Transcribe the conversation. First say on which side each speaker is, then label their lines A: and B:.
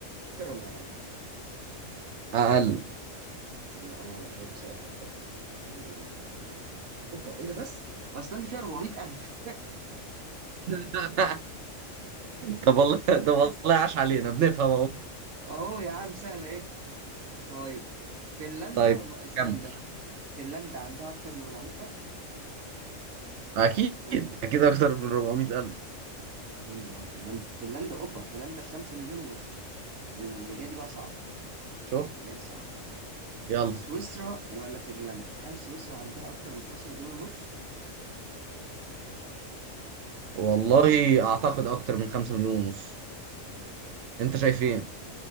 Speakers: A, on the right; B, on the right.
A: اكتر ولا اقل
B: اقل
A: انا اه انا شايف بصراحة اتفق ايسلندا هي اللي تبقى عندها اوبا ايه ده بس ايسلندا فيها 400 الف
B: <laughs> طب والله طب
A: بس
B: والله عاش علينا بنفهم اهو
A: اه يا عم سهلة ايه طيب فنلندا
B: طيب
A: ولا ايسلندا
B: كم
A: فنلندا عندها اكتر من 400000
B: اكيد
A: اظن
B: اكيد اكتر من 400 الف
A: اظن اه فنلندا فنلندا اوبا فنلندا 5 مليون ونص واللي جايه دي بقى صعبه
B: شوف
A: اللي جايه دي صعبه
B: يلا
A: سويسرا ولا فنلندا هل سويسرا عندها اكتر من 5 مليون ونص
B: والله اعتقد اكتر من 5 مليون ونص انت شايف ايه